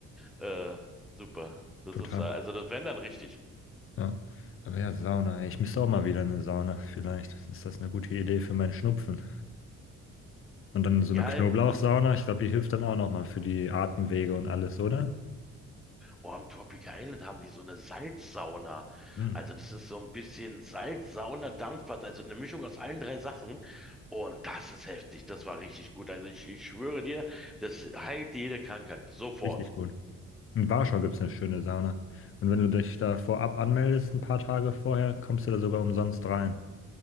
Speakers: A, in the centre; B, on the left.
A: Äh, super. Das
B: Total.
A: ist, äh, also das wären dann richtig.
B: Ja. Aber ja, Sauna, ey. Ich müsste auch mal wieder in eine Sauna. Vielleicht ist das eine gute Idee für meinen Schnupfen. Und dann so
A: Ja,
B: eine Knoblauchsauna,
A: im,
B: ich glaube, die hilft dann auch nochmal für die Atemwege und alles, oder?
A: oh, im Tropical Island haben die so eine Salzsauna.
B: Hm,
A: Also das ist so ein bisschen Salzsauna, Dampfbad, also eine Mischung aus allen drei Sachen. Und das ist heftig. Das war richtig gut. Also ich, ich schwöre dir, das heilt jede Krankheit. Sofort.
B: richtig gut. In Warschau gibt es eine schöne Sauna. Und wenn du dich da vorab anmeldest, ein paar Tage vorher, kommst du da sogar umsonst rein.